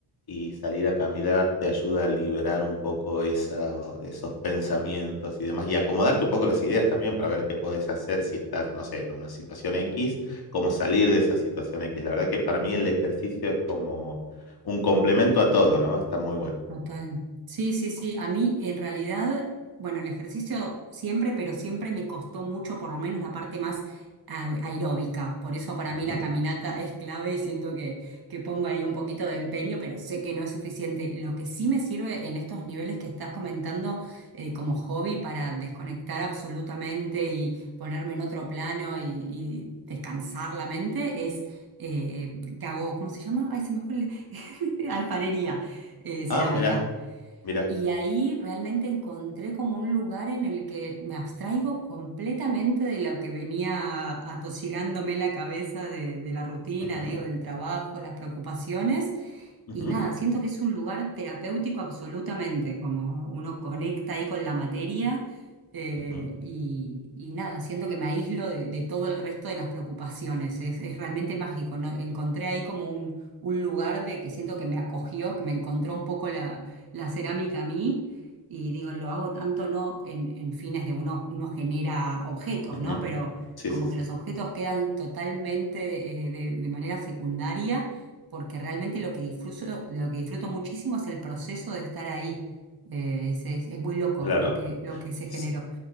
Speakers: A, on the left; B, on the right.
A: y salir a caminar te ayuda a liberar un poco esa- esos pensamientos y demás, y acomodarte un poco las ideas también para ver qué podés hacer si estás, no sé, en una situación X, cómo salir de esa situación X. La verdad que para mí el ejercicio es como un complemento a todo, ¿no? Está muy bueno.
B: Total. Sí, sí, sí. A mí en realidad, bueno, el ejercicio siempre, pero siempre me costó mucho, por lo menos la parte más a- aeróbica. Por eso para
A: Ujú.
B: mí la caminata es clave y siento que, que pongo ahí un poquito de empeño, pero sé que no es suficiente. Lo que sí me sirve en estos niveles que estás comentando eh, como hobby para desconectar absolutamente y ponerme en otro plano y, y descansar la mente es... eh, que hago, ¿cómo se llama? Ay, se me fue el- <laughs> alfarería eh, cerámica.
A: Ah, mira. Mira.
B: Y ahí realmente encontré como un lugar en el que me abstraigo completamente de lo que venía atosigándome la cabeza de, de la rutina,
A: Ujú,
B: digo, del trabajo, las preocupaciones.
A: ujú,
B: Y nada, siento que es un lugar terapéutico absolutamente, como uno conecta ahí con la materia eh,
A: ujú,
B: y, y nada, siento que me aíslo de, de todo el resto de las preocupaciones, es, es realmente mágico, ¿no? Encontré ahí como un, un lugar de que siento que me acogió, que me encontró un poco la, la cerámica a mí y digo, lo hago tanto no en, en fines de uno, uno genera objetos,
A: ujú.
B: ¿no? Pero
A: Sí,
B: como
A: sí, sí.
B: que los objetos quedan totalmente eh, de de manera secundaria porque realmente lo que disfruto, lo que disfruto muchísimo es el proceso de estar ahí. Eh, es, es- es muy loco
A: Claro.
B: lo que, lo que se generó.
A: S-